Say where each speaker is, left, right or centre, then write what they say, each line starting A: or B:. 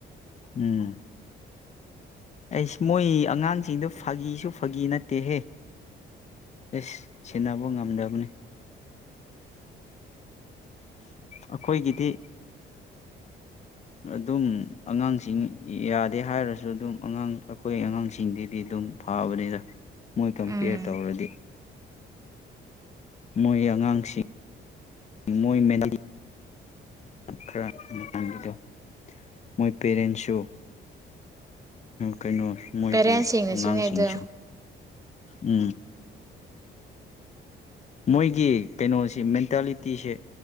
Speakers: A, on the left; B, on the right.
A: ꯎꯝ ꯑꯩꯁ ꯃꯣꯏ ꯑꯉꯥꯡꯁꯤꯡꯗ ꯐꯥꯒꯤꯁꯨ ꯐꯥꯒꯤ ꯅꯠꯇꯦꯍꯦ ꯑꯁ ꯁꯦꯟꯅꯕ ꯉꯝꯗꯕꯅꯤ ꯑꯩꯈꯣꯏꯒꯤꯗꯤ ꯑꯗꯨꯝ ꯑꯉꯥꯡꯁꯤꯡ ꯌꯥꯗꯦ ꯍꯥꯏꯔꯁꯨ ꯑꯗꯨꯝ ꯑꯉꯥꯡ ꯑꯩꯈꯣꯏ ꯑꯉꯥꯡꯁꯤꯡꯗꯗꯤ ꯑꯗꯨꯝ ꯐꯕꯅꯤꯅ ꯃꯣꯏ ꯀꯝꯄꯤꯌꯔ
B: ꯎꯝ
A: ꯇꯧꯔꯗꯤ ꯃꯣꯏ ꯑꯉꯥꯡꯁꯤꯡ ꯃꯣꯏ ꯃꯦꯙ <unintelligible> <inaudible> ꯔꯤ ꯈꯔ ꯃꯇꯝꯗꯨꯗ ꯃꯣꯏ ꯄꯦꯔꯦꯟꯁꯨ ꯀꯩꯅꯣ ꯃꯣꯏꯒꯤ
B: ꯄꯦꯔꯦꯟꯁꯁꯤꯡꯅꯁꯨꯅꯦ
A: ꯑꯉꯥꯡꯁꯤꯡꯁꯨ
B: ꯑꯗꯣ
A: ꯎꯝ ꯃꯣꯏꯒꯤ ꯀꯩꯅꯣꯁꯤ ꯃꯦꯟꯇꯦꯂꯤꯇꯤꯁꯦ